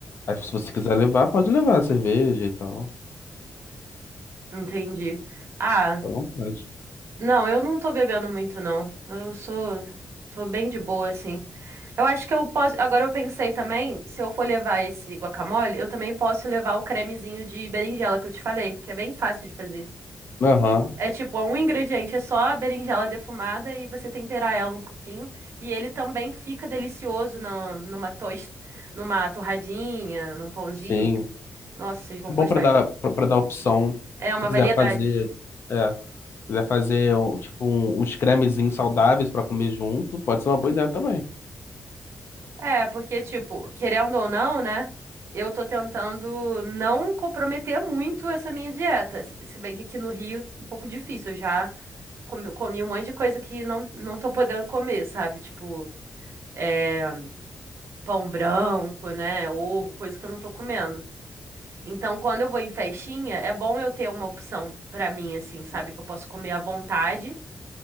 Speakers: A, on the left (about 55°); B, on the right (about 60°).
A: Aí, se você quiser levar, pode levar cerveja e tal.
B: entendi. Ah.
A: Fica à vontade.
B: Não, eu não tô bebendo muito, não. Eu sou. Tô bem de boa, assim. Eu acho que eu posso. Agora eu pensei também, se eu for levar esse guacamole, eu também posso levar o cremezinho de berinjela que eu te falei, que é bem fácil de fazer.
A: Aham.
B: É tipo, é um ingrediente, é só a berinjela defumada e você temperar ela um pouquinho. E ele também fica delicioso na, numa tost, numa torradinha, num pãozinho.
A: Sim.
B: Nossa, vocês vão
A: É bom
B: gostar.
A: para dar
B: de-
A: para dar opção.
B: É
A: Se
B: uma
A: quiser
B: variedade.
A: fazer, é, quiser fazer um- tipo um- uns cremezinhos saudáveis para comer junto, pode ser uma boa ideia também.
B: É, porque, tipo, querendo ou não, né? Eu tô tentando não comprometer muito essa minha dieta. Se se bem que aqui no Rio, um pouco difícil. Eu já comi, comi um monte de coisa que não, não tô podendo comer, sabe? Tipo, é, pão branco, né? Ovo, coisa que eu não tô comendo. Então, quando eu vou em festinha, é bom eu ter uma opção pra mim, assim, sabe? Que eu posso comer à vontade